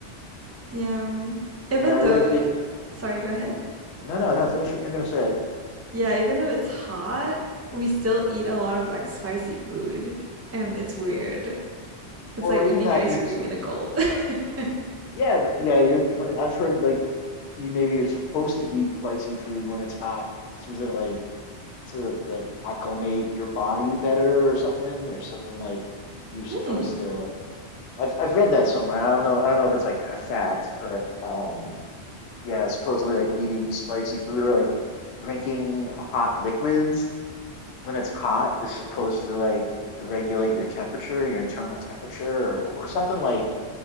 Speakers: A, on the right (about 25°); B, on the left (about 75°).
A: yeah. Even
B: Yeah, I
A: though,
B: lived it.
A: sorry, go ahead.
B: No, no, no, finish what you're gonna say.
A: Yeah, even though it's hot, we still eat a lot of like spicy food, and it's weird. It's
B: Well,
A: like
B: isn't
A: eating
B: that
A: ice
B: you?
A: cream in the cold. <laughs>
B: Yeah, th- yeah, you're, but I've heard like you maybe you're supposed to eat spicy food when it's hot. So is it like to like acclimate your body better or something or something like you're supposed
A: Hmm.
B: to I've I've read that somewhere. I don't know I don't know if it's like a fact, but um yeah, supposedly like eating spicy food or like drinking hot liquids when it's hot is supposed to like to regulate your temperature, your internal temperature or or something like